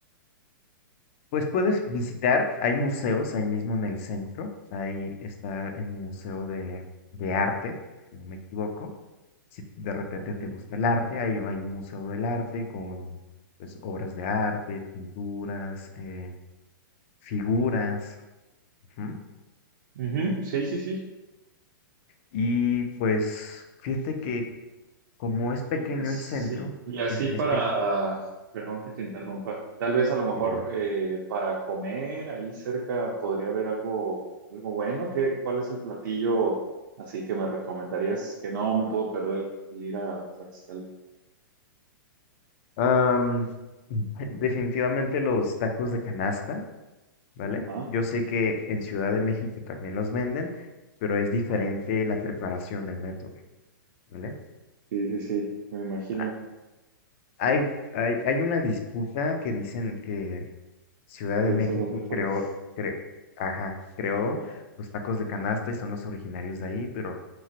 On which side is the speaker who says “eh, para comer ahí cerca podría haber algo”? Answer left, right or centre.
Right